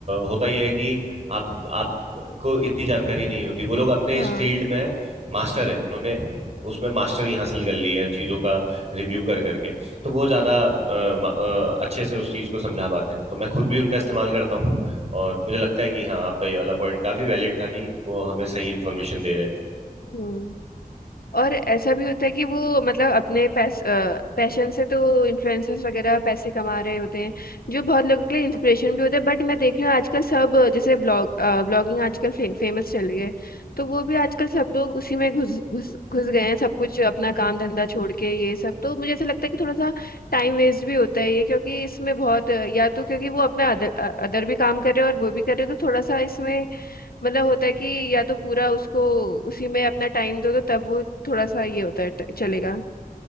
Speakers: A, on the right; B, on the left.
A: होता यह है कि आप आपको इतनी जानकारी नहीं होती वो लोग अपने
B: हाँ
A: इस फील्ड में मास्टर हैं उन्होंने उसमें मास्टरी हासिल कर ली है चीज़ों का रिव्यू कर करके तो वो ज़्यादा अ, म- अ, अच्छे से उस चीज़ को समझा पाते हैं तो मैं खुद भी उनका इस्तेमाल करता हूँ और मुझे लगता है कि हाँ आपका ये वाला पॉइंट काफ़ी वैलिड था कि वो हमें सही इन्फॉर्मेशन दे रहे हैं
B: हम्म और ऐसा भी होता है कि वो मतलब अपने पैस, पैशन से तो इन्फ्लुएंसर्स वगैरह पैसे कमा रहे होते हैं जो बहुत लोगों के लिए इंस्पिरेशन भी होते हैं बट मैं देख रही हूँ आजकल सब अ, जैसे ब्लॉग ब्लॉगिंग आजकल फे, फेमस चल रही है तो वो भी आजकल सब लोग उसी में घुस घुस घुस गए हैं सब कुछ अपना काम धंधा छोड़ के ये सब तो मुझे ऐसा लगता है कि थोड़ा सा टाइम वेस्ट भी होता है ये क्योंकि इसमें बहुत अ, या तो क्योंकि वो अपना अदर अदर भी काम कर रहे हैं और वो भी कर रहे हैं तो थोड़ा सा इसमें मतलब होता है कि या तो पूरा उसको उसी में अपना टाइम दो तो तब वो थोड़ा सा ये होता है ट- चलेगा